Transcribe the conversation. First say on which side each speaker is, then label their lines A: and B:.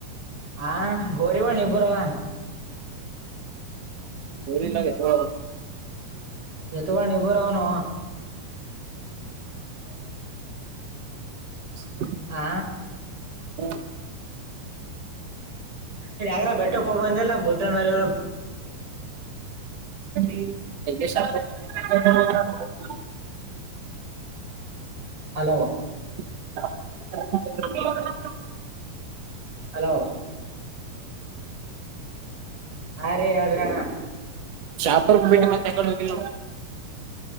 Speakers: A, on the right; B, on the right.
A: ಹಾ ಹೋರಿಿವಳಿಬರವ
B: ಗರಿಲ ಹ
A: ಎತ ಬಳ ನಿರ್ಭರ ಹನು
B: ಹ
A: ಹಾ
B: ಹ್ಮ
A: ಇ ಯ್ರೆ ಬೆಟ್ಟಕ್ ಹೋಗ್ಬಂದಿಲ್ಲ ಬುದ್ದ ಮೇಲೆ
B: ನಿಗೆ <unintelligible>
A: ಅಲವಾ
B: ಹ
A: ಹಲೋ ಹ ರೀ ಎಡ್ರಣ
B: ಶಾಪುರ್ಬಟ್ಟ ಮತ್ತೆ ಕಡೆ ಹೋಗಿಲ್ಲ